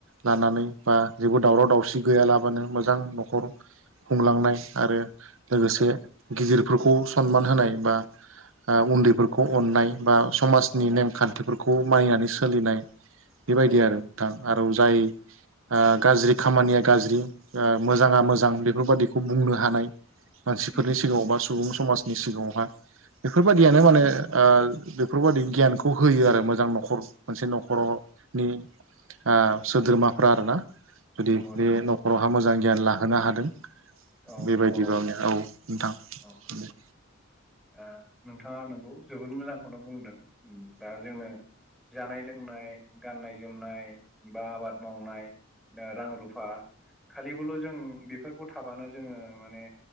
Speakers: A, on the right; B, in the centre.
A: लानानै बा जेबो दावराव दावसि गैयालाबानो मोजां न'खर खुंलांनाय आरो लोगोसे
B: औ
A: गिदिर फोरखौ सनमान होनाय बा आ उन्दैफोरखौ अननाय बा समाजनि
B: औ
A: नेम खान्थिफोर खौ मानिनानै सोलिनाय बेबायदि
B: औ
A: आरो नोंथां। आरो जाय
B: उम
A: ओ गाज्रि खामानिया गाज्रि ओ मोजाङा
B: औ
A: मोजां बेफोरबादिखौ बुंनो हानाय मानसिफोरनि
B: उम
A: सिगाङाव बा सुबुं समाजनि सिगाङावहा बेफोरबादियानो
B: औ
A: माने ओ बेफोरबायदि गियानखौ होयो आरो मोजां न'खर मोनसे न'खरनि आ सोद्रोमाफ्रा आरोना। जुदि
B: नंगौ
A: बे
B: नंगौ
A: न'खरावहा मोजां गियान लाहोनो हादों।
B: औ
A: बेबायदिबाे
B: औ
A: आंनिया औ नोंथां
B: औ
A: दे।
B: ओ नोंथाङा नोंगौ जोबोद मोजांखौनो बुंदों। दा जोंनो जानाय लोंनाय गाननाय जोमनाय बा आबाद मावना दा रां, रुफा खालिबोल' जों बेफोरखौ थाबानो जोङो माने